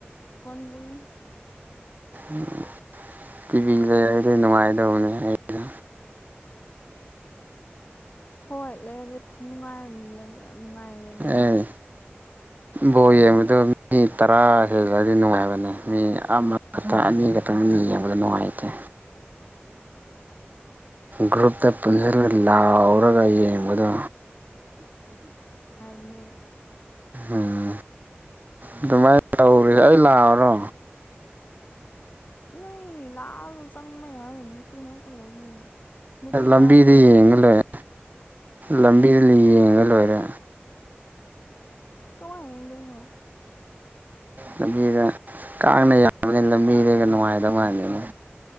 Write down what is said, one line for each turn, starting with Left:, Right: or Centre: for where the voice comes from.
Left: <unintelligible>
Right: ꯎ ꯇꯤꯚꯤ ꯂꯩꯔꯗꯤ ꯅꯨꯡꯉꯥꯏꯗꯧꯕꯅꯦ ꯑꯩꯅ
Left: ꯍꯣꯏ ꯂꯩꯔ ꯈꯨꯅꯨꯡꯉꯥꯏꯅꯤ ꯌꯦꯡ ꯌꯥꯝ ꯅꯨꯡꯉꯥꯏꯅ ꯌꯦꯡꯒꯗꯕꯅꯦ
Right: ꯑꯦ ꯕꯣꯜ ꯌꯦꯡꯕꯗ ꯃꯤ ꯇꯔꯥ ꯍꯦꯜꯂꯗꯤ ꯅꯨꯡꯉꯥꯏꯒꯗꯕꯅꯦ ꯃꯤ ꯑꯃ ꯈꯛꯇꯪ ꯑꯅꯤ ꯈꯛꯇꯪ ꯃꯤ ꯌꯦꯡꯕꯗꯣ ꯅꯨꯡꯉꯥꯏꯇꯦ ꯒ꯭ꯔꯨꯞꯇ ꯄꯨꯟꯁꯤꯜꯂꯒ ꯂꯥꯎꯔꯒ ꯌꯦꯡꯕꯗꯣ
Left: ꯅꯦ
Right: ꯎꯝ ꯑꯗꯨꯃꯥꯏꯅ ꯇꯧꯔꯁꯦ ꯑꯩ ꯂꯥꯛꯑꯣꯔꯣ
Left: ꯅꯣꯏ ꯂꯥꯛꯑꯒ ꯆꯪꯕ ꯍꯥꯏꯔꯣꯏ ꯅꯨꯄꯤ ꯉꯥꯛꯇ ꯂꯩꯕꯅꯦ ꯅꯨꯄꯤ
Right: ꯂꯝꯕꯤꯗ
Left: ꯁꯥꯔ ꯆꯪꯉꯦꯁꯨ
Right: ꯌꯦꯡꯉ
Left: ꯌꯥꯏꯌꯦ
Right: ꯂꯣꯏꯔꯦ ꯂꯝꯕꯤꯗ ꯌꯦꯡꯉꯒ ꯂꯣꯏꯔꯦ
Left: ꯀꯃꯥꯏ ꯌꯦꯡꯗꯣꯏꯅꯣ
Right: ꯂꯝꯕꯤꯗ ꯀꯥꯡꯅ ꯌꯥꯕꯅꯤꯅ ꯂꯝꯕꯤꯗꯩꯒ ꯅꯨꯡꯉꯥꯏꯗꯕ ꯃꯥꯂꯦꯅꯦ